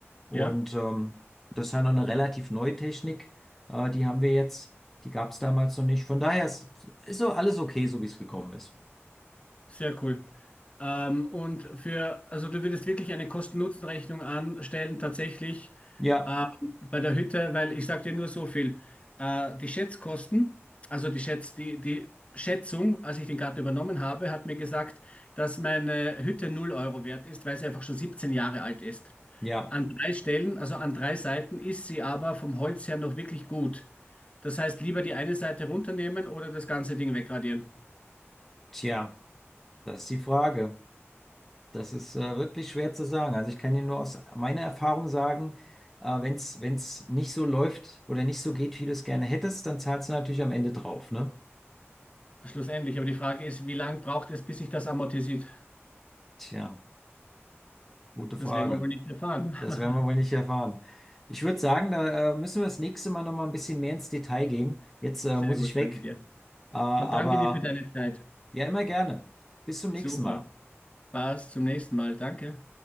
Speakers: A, in the centre; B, on the left (about 25°).
A: Und
B: Ja.
A: ähm, das ist halt noch eine relativ neue Technik. Äh, die haben wir jetzt. Die gab es damals noch nicht. Von daher ist, ist so alles okay, so wie es gekommen ist.
B: Sehr cool. Ähm, und für, also du würdest wirklich eine Kosten-Nutzen-Rechnung anstellen, tatsächlich
A: Ja,
B: äh, bei der Hütte, weil ich sage dir nur so viel. Äh, die Schätzkosten, also die Schätz, die, die Schätzung, als ich den Garten übernommen habe, hat mir gesagt, dass meine Hütte null Euro wert ist, weil sie einfach schon 17 Jahre alt ist.
A: ja,
B: An drei Stellen, also an drei Seiten, ist sie aber vom Holz her noch wirklich gut. Das heißt, lieber die eine Seite runternehmen oder das ganze Ding wegradieren.
A: tja, das ist die Frage. Das ist äh, wirklich schwer zu sagen. Also ich kann dir nur aus meiner Erfahrung sagen, äh, wenn es wenn's nicht so läuft oder nicht so geht, wie du es gerne hättest, dann zahlst du natürlich am Ende drauf, ne?
B: Schlussendlich, aber die Frage ist, wie lange braucht es, bis sich das amortisiert?
A: Tja, gute Frage.
B: Das werden wir wohl nicht erfahren.
A: Das
B: <laughs>
A: werden wir wohl nicht erfahren. Ich würde sagen, da äh, müssen wir das nächste Mal noch mal ein bisschen mehr ins Detail gehen. Jetzt äh,
B: Sehr
A: muss
B: gut,
A: ich
B: danke
A: weg,
B: dir.
A: äh, aber
B: Und danke dir für deine Zeit.
A: ja, immer gerne. Bis zum nächsten
B: Super.
A: Mal.
B: Passt, zum nächsten Mal. Danke.